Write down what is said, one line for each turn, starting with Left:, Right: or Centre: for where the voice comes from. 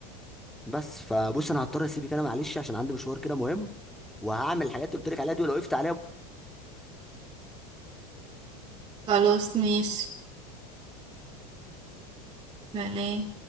Centre: بس فبص انا هضطر اسيبك انا معلش عشان عندي مشوار كده مهم وهعمل الحاجات اللي قلت لك عليها دي ولو وقفت
Right: خلاص ماشي سلام